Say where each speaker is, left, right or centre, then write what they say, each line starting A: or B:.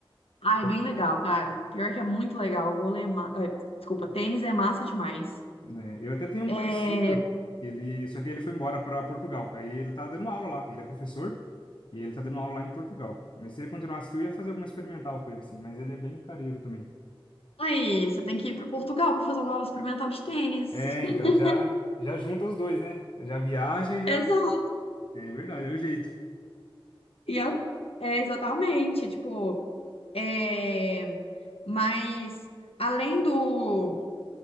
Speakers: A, on the left (about 80°); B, on the left (about 55°).
A: Ah,
B: Eu,
A: é bem legal, cara. Pior que é muito legal. Vôlei é ma... eh, Desculpa, tênis é massa demais.
B: né, eu até tenho um
A: É,
B: conhecido, ele, só que ele foi embora para Portugal. Aí ele tá dando aula lá, ele é professor e ele tá dando aula lá em Portugal. Mas se ele continuasse aqui, eu ia fazer alguma experimental com ele, assim, mas ele é bem careiro também.
A: Aí, você tem que ir pro Portugal pra fazer uma aula experimental de tênis.
B: É,
A: <laughs>
B: então, já, já junta os dois, né? Já viaja e já...
A: Exato.
B: É verdade, é o jeito.
A: E a- é, exatamente, tipo, é, mas além do.